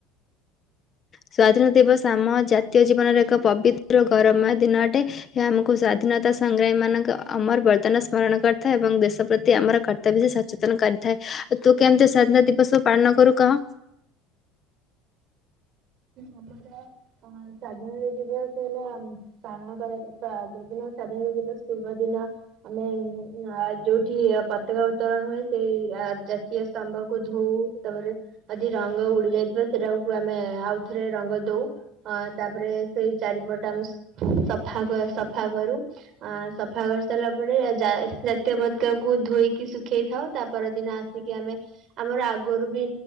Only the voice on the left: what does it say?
ସ୍ଵାଧୀନତା ଦିବସ ଆମ ଜାତୀୟ ଜୀବନର ଏକ ପବିତ୍ର ଗୌରବମୟ ଦିନ ଅଟେ। ଏହା ଆମକୁ ସ୍ଵାଧୀନତା ସଂଗ୍ରାମୀ ମାନଙ୍କ ଅମର ବରଦାନ ସ୍ମରଣ କରିଥାଏ ଏବଂ ଦେଶ ପ୍ରତି ଆମର କ ର୍ତ୍ତବ୍ୟ ସେ ସଚେତନ କରିଥାଏ, ଆଉ ତୁ କେମିତି ସ୍ୱାଧୀନତା ଦିବସକୁ ପାଳନ କରୁ କହ?